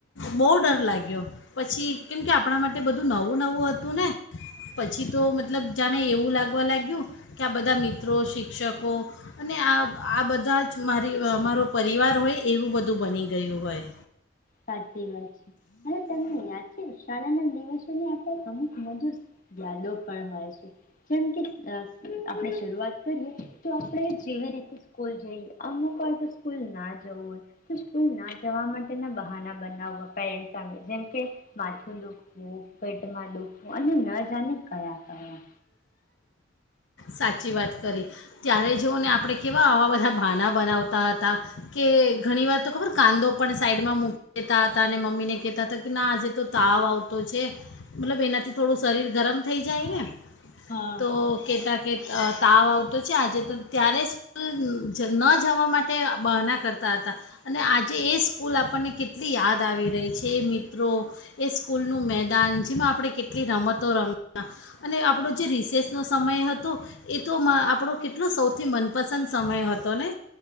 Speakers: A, on the left; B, on the left.
A: બહુ ડર લાગ્યો પછી કેમકે આપ પણા માટે બધું નવું નવું હતું ને પછી તો મતલબ જાણે એવું લાગવા લાગ્યું કે આ બધા મિત્રો શિક્ષકો અને આ આ બધા જ મારી મારો પરિવાર હોય એવું બધું બની ગયું હોય.
B: સાચ ચી વાત છે અને તમને યાદ છે શાળાના દિવસોને અમુક મધુર યાદો પણ હોય છે, જેમ કે આપણે શરૂઆત કરીએ તો આપણે જેવી રીતે સ્કૂલ જઈએ અમુક હોય તો સ્કૂલ ના જ હોય તો સ્કૂલ ના જવા માટેના બહા બનાવા. પેરેન્ટ સામે જેમ કે માથું દુખવું. પેટમાં ડુઃખ અને ન જાને કયા. ક્યાં.
A: સાચી વાત કરી ત્યારે જોઓ ને આપણે કેવા આવા બધા બાાના બનાવતા હતા કે ઘણી વાર તો ખબર, કાંદો પણ સાઈડમાં મૂકીતા હતા અને મમ્મીને કહેતા હતા કે ના આજે તો તાવ આવતો છે મતલબ એનાથી થોડું શરીર ગરમ થઈ જાય ને
B: હા
A: તો કેત કે તાવ આવતો છે આજે તો ત્યારે સ્કૂલ ન જવા માટે બહના કરતા હતા અને આજે એ સ્કૂલ આપણને કેટલી યાદ આવી રહી છે, એ મિત્રો, એ સ્કૂલનું મેદાન જેમાં આપણે કેટલી રમતો રમ અને આપણો જે રિસેસનો સમય હતો એ તો આપણો કેટલો સૌથી મનપસંદ સમય હતો ને?